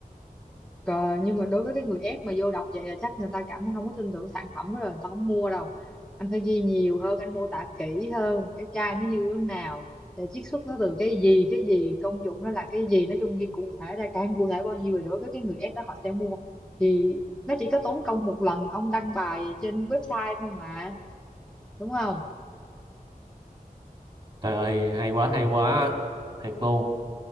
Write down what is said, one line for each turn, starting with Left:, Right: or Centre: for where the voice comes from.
Centre: Cờ, nhưng mà đối với cái người ép mà vô đọc vậy là chắc người ta cảm thấy không có tin tưởng sản phẩm đó rồi người ta không mua đâu anh phải ghi nhiều hơn anh mô tả kỹ hơn cái chai nó như thế nào để chiết xuất nó từ cái gì cái gì công dụng nó là cái gì nói chung ghi cụ thể ra càng cụ thể bao nhiêu thì đối với cái người ép đó họ sẽ mua thì nó chỉ có tốn công một lần ông đăng bài trên website thôi mà đúng không
Right: trời ơi hay quá hay quá thiệt luôn